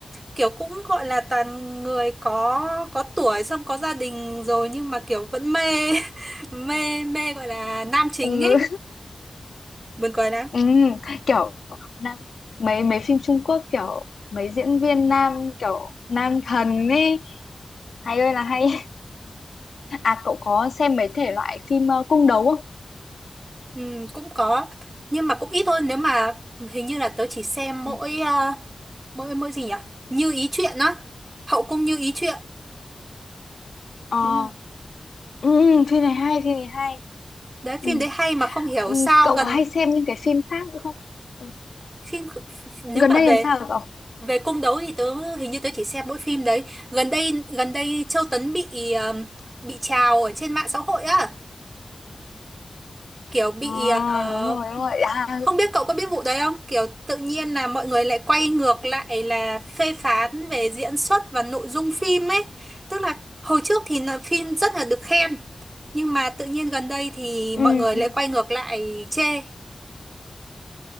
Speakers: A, on the right; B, on the left.
A: kiểu cũng gọi là toàn người có có tuổi xong có gia đình rồi nhưng mà kiểu vẫn mê <laughs> mê mê gọi là nam chính
B: ừ.
A: ấy buồn cười lắm
B: Ừ, kiểu nam, mấy mấy phim Trung Quốc kiểu mấy diễn viên nam kiểu nam thần ấy hay ơi là hay <laughs> à cậu có xem mấy thể loại phim ờ, cung đấu không
A: Ừ, cũng có nhưng mà cũng ít thôi nếu mà hình như là tớ chỉ xem mỗi
B: ừ.
A: ờ, mỗi mỗi gì nhỉ như ý chuyện á hậu cung như ý chuyện
B: Ờ,
A: đúng không
B: ừ, phim này hay phim này hay
A: đấy
B: ừ.
A: phim đấy hay mà không hiểu
B: Ừ,
A: sao
B: cậu
A: gần
B: có hay xem những cái phim khác nữa không ừ.
A: phim nếu
B: gần
A: mà
B: đây
A: về
B: làm sao rồi cậu
A: về cung đấu thì tớ hình như tớ chỉ xem mỗi phim đấy gần đây gần đây Châu Tấn bị ờ, bị trào ở trên mạng xã hội á kiểu bị
B: à,
A: ờ,
B: đúng rồi đúng rồi à,
A: không biết cậu có biết vụ đấy không kiểu tự nhiên là mọi người lại quay ngược lại là phê phán về diễn xuất và nội dung phim ấy tức là hồi trước thì là phim rất là được khen nhưng mà tự nhiên gần đây thì
B: ừ,
A: mọi người
B: ừ.
A: lại quay ngược lại chê